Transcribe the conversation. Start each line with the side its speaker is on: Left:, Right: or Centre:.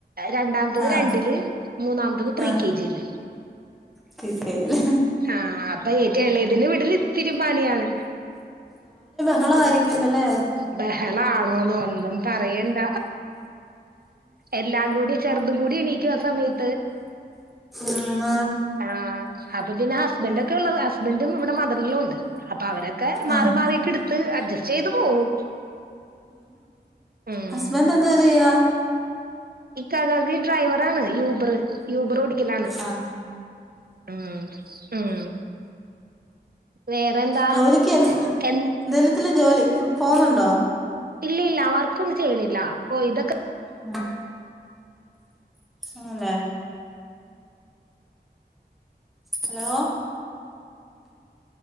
Right: രണ്ടാമത്തത്
Centre: ആഹ്
Right: രണ്ടില് മൂന്നാമത്തത് പ്രീ
Centre: ആഹ്
Right: കെജിയില്
Centre: പ്രീ കെ ജില്
Right: ആ അപ്പ ഏറ്റവും എളെതിന് വിട്ല് ഇത്തിരി പണിയാണ്
Centre: ബഹളായിരിക്കുല ലെ
Right: ബഹളാണോന്നോ ഒന്നും പറയണ്ട എല്ലാ കൂടി ചെർതും കൂടി എണീക്കു ആ സമയത്ത്
Centre: ഉമ്മ
Right: ആ അപ്പ പിന്നെ ഹസ്ബൻഡ് ഒക്ക ഇള്ളത് ഹസ്ബൻഡും ഇവട മദർ ലോ ഉണ്ട് അപ്പ അവരെ ക്കെ മാറി
Centre: ആഹ്
Right: മാറിയക്കെ ഇട്ത്ത് അഡ്ജസ്റ്റ് ചെയ്ത് പോവും ഉം
Centre: ഹസ്ബൻഡ് എന്ദോ ചെയ്യാ
Right: ഇക്കാക്കാക്ക് ഡ്രൈവറാണ് യൂബറ് യൂബറ് ഓടി ക്കലാണ്
Centre: ആഹ്
Right: ഉം ഉം വേറെന്താ
Centre: ജോലിക്ക് എന്തെലത്തിലും
Right: എൻ
Centre: ജോലി പോവ്ന്നുണ്ടോ
Right: ഇല്ലില്ല വർക്കൊന്നും ചെയ്യ്ണില്ല ഓ ഇതക്കെ
Centre: ഉം ആണ് ലെ ഹലോ